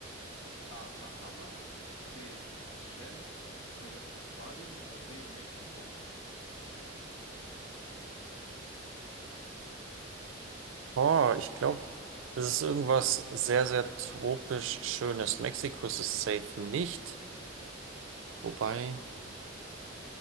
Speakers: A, on the left (about 80°); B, on the right (about 85°).
A: Ist es A. Bahamas, B. die Seychellen, C. Australien oder D. Mexiko?
B: Oh, ich glaube, das ist irgendwas sehr, sehr tropisch Schönes. Mexiko ist es safe nicht. Wobei,